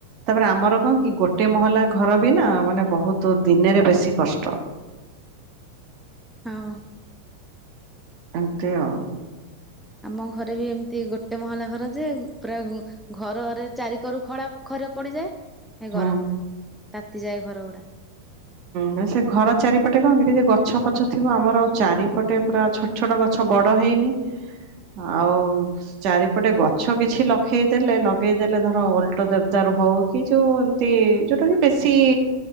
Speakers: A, on the right (about 40°); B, in the centre.
A: ତାପରେ ଆମର କଣ କି ଗୋଟେ ମହଲା ଘର ବି ନା ମାନେ ବହୁତ ଦିନେରେ ବେଶୀ କଷ୍ଟ।
B: ହଁ।
A: ଏମତି ଆଉ।
B: ଆମ ଘରେ ବି ଏମିତି ଗୋଟେ ମହଲା ଘର ଯେ ପୁରା ଘରରେ ଚାରିକରୁ ଖରା ଖରାପ ପଡିଯାଏ।
A: ହୁଁ
B: ଗରମ ହୁଏ। ତାତିଯାଏ ଘର ଗୁଡା।
A: ନାଁ ସେଇ ଘର ଚାରିପଟେ କଣ କି ଟିକେ ଗଛ ପଛ ଥିବ ଆମର ଆଉ ଚାରିପଟେ ପୁରା ଛ ଛୋଟ ଛୋଟ ଗଛ ବଡ ହେଇନି। ଆଉ ଚାରିପଟେ ଗଛ କିଛି ଲଖେଇଦେଲେ ଲଗେଇଦେଲେ ଧର ଅଲଟ ଦେବଦର ହଉ କି ଯୋଉ ତି ଯୋଉଟା କି ବେଶୀ
B: ଁ